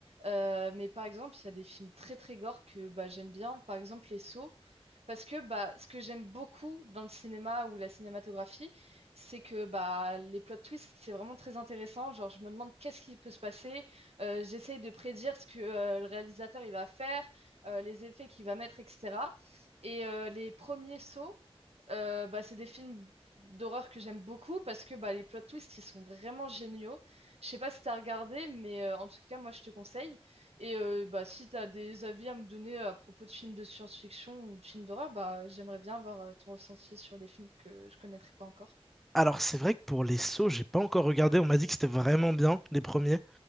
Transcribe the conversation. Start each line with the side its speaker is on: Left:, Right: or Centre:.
Right: Euh, mais par exemple, il y a des films très très gore que bah, j'aime bien. Par exemple, Les Sceaux. Parce que bah, ce que j'aime beaucoup dans le cinéma ou la cinématographie, c'est que bah, les plot twists, c'est vraiment très intéressant. Genre, je me demande qu'est-ce qui peut se passer. Euh, j'essaye de prédire ce que euh, le réalisateur il va faire euh, les effets qu'il va mettre, etc. Et euh, les premiers sauts, euh, bah, c'est des films d'horreur que j'aime beaucoup parce que bah, les plot twists, ils sont vraiment géniaux. Je sais pas si tu as regardé, mais euh, en tout cas, moi, je te conseille. Et euh, bah, si tu as des avis à me donner à propos de films de science-fiction ou de films d'horreur, bah, j'aimerais bien avoir euh, ton ressenti sur les films que je connaîtrais pas encore.
Centre: alors c'est vrai que pour les sauts j'ai pas encore regardé on m'a dit que c'était vraiment bien les premiers